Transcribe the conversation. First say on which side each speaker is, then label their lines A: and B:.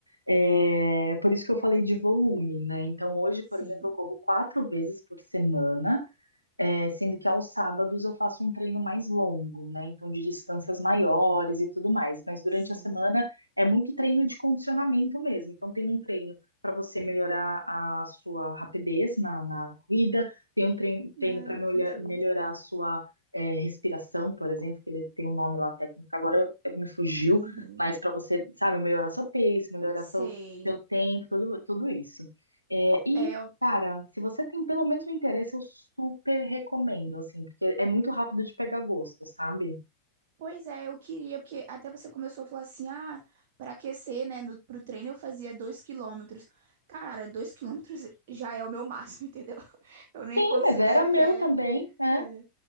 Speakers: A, on the right (about 85°); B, on the right (about 50°).
A: é por isso que eu falei de volume, né? Então, hoje,
B: Sim,
A: por exemplo, eu corro quatro vezes por semana. É, sendo que aos sábados eu faço um treino mais longo, né? Então, de distâncias maiores e tudo mais. Mas durante
B: Sim.
A: a semana é muito treino de condicionamento mesmo. Então, tem um treino para você melhorar a sua rapidez na, na corrida, tem um trein- treino,
B: Ah,
A: para
B: entendi.
A: melhorar a sua é, respiração, por exemplo, que ele tem um nome lá técnico, que agora me fugiu,
B: uhum.
A: mas para você, sabe, melhorar seu pace, melhorar
B: Sei.
A: seu, seu tempo, tudo, tudo isso. É, e
B: É, eu-
A: Cara, se você tem pelo menos um interesse, eu super recomendo, assim, porque é muito rápido de pegar gosto, sabe?
B: pois é, eu queria, porque até você começou a falar assim, ah, para aquecer, né, no, pro treino eu fazia dois quilômetros. Cara, dois quilômetros já é o meu máximo, <laughs> entendeu? Eu nem
A: Sim,
B: considero
A: mas era meu
B: que é...
A: também, né?
B: É,